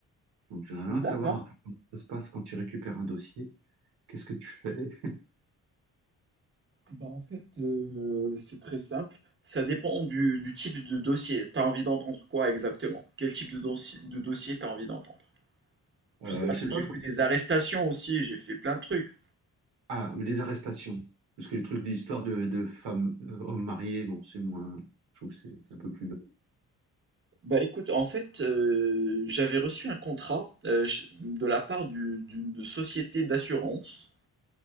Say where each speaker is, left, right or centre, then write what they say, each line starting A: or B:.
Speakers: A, on the right; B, on the right.
A: Donc, j'aimerais bien
B: D'accord.
A: savoir un peu comment ça se passe quand tu récupères un dossier. Qu'est-ce que tu fais? <laughs>
B: Bah en fait, euh, c'est très simple. Ça dépend du, du type de dossier. T'as envie d'entendre quoi exactement? Quel type de, dossier de dossier t'as envie d'entendre?
A: Euh,
B: Tu sais, parce
A: je sais
B: que
A: pas.
B: j'ai fait des arrestations aussi, j'ai fait plein de trucs.
A: Ah, les arrestations. Parce que les trucs, l'histoire de, de femmes, euh, hommes mariés, bon, c'est moins. Je trouve que c'est c'est un peu plus.
B: Bah écoute, en fait, euh, j'avais reçu un contrat euh, ch- de la part du- d'une société d'assurance.